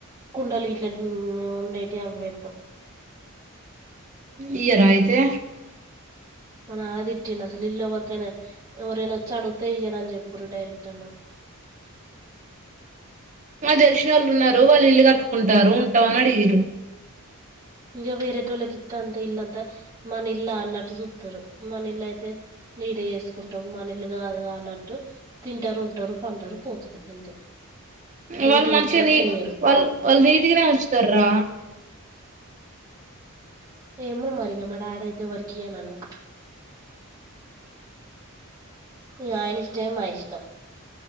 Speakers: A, on the right; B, on the right.
A: కుండలు గిట్లా ఉండేటి అవి పెడతాం
B: ఈయరా అయితే
A: మా నాన్న దిట్టిండు అసలు ఇల్లు ఎవరికైనా ఎవరైనా వచ్చి అడిగితే ఇయ్యర అని చెప్పరు డైరెక్ట్ అన్నాడు
B: మా దెలిసినోళ్ళు ఉన్నారు వాళ్ళు ఇల్లు కట్టుకుంటారు ఉంటామని అడిగిర్రు
A: ఇంగా వేరేటోళ్ళకి ఇత్తే అంతే ఇల్లంతా మన ఇల్లా అన్నట్టు జూత్తారు మన ఇల్లు అయితే నీటి చేసుకుంటాం మన ఇల్లు కాదు గా అన్నట్టు తింటారు ఉంటారు పంటారు పోతారు గంతే నీటిగా
B: వాళ్ళు మంచిగా
A: ఉంచరు
B: నీ
A: చెయ్యరు
B: వాళ్ళు వాళ్ నీటిగానే ఉంచుతార రా
A: ఏమో మరి ఇగా మా డాడ్ అయితే ఎవ్వరికి ఈయనన్నాడు ఇగా ఆయనిష్టమే మా ఇష్టం